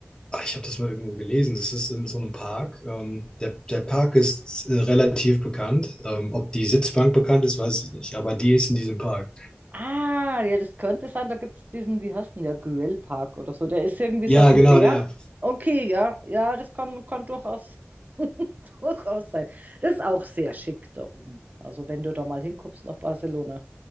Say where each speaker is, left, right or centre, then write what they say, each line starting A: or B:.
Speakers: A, on the left; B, on the right.
A: Ah, Ich habe das mal irgendwo gelesen. Das ist in so einem Park. Ähm, der, der Park ist äh, relativ bekannt. Ähm, ob die Sitzbank bekannt ist, weiß ich nicht. Aber die ist in diesem Park.
B: Ah, ja, das könnte sein, da gibt es diesen, wie heißt denn der, Güellpark oder so. Der ist irgendwie
A: Ja,
B: so auf dem
A: genau,
B: Berg.
A: der.
B: Okay, ja, ja, das kann, kann durchaus, <laughs> durchaus sein. Das ist auch sehr schick da oben. Also wenn du da mal hinkommst nach Barcelona,